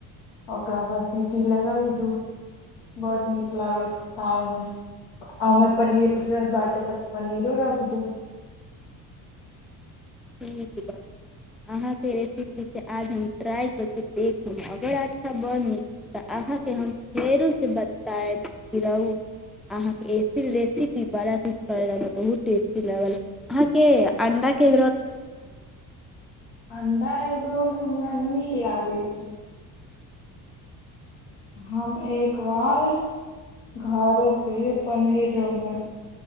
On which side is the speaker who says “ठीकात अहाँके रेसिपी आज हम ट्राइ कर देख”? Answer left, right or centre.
Centre